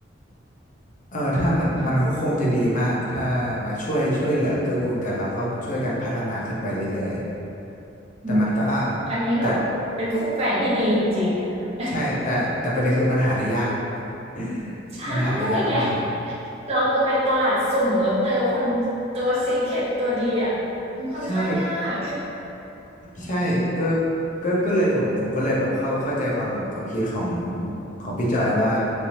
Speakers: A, on the left; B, on the right.
A: เออถ้ามันมันก็คงจะดีมาก
B: ค่ะ
A: ถ้ามาช่วยช่วยเหลือเกื้อกูลกันแล้วก็ช่วยกันพัฒนาขึ้นไปเรื่อยๆ แต่มันก็อ่ะ
B: อืมอันนี้แบบเป็นคู่แฟนที่ดีจริงๆกันนะ
A: แต่ใช่แต่แต่ประเด็นคือมันหาได้ยาก <laughs>
B: <laughs> ใช่
A: มันหาได้ยากมาก
B: ไง เราจะไปตลาดสุ่มแล้วเจอคนตัว Secret ตัวดีอ่ะมันค่อนข้างยาก
A: ใช่ใช่ก็ก็ก็เลยผมผมก็เลยแบบเข้าเข้าใจความความคิดของของพี่จอยว่า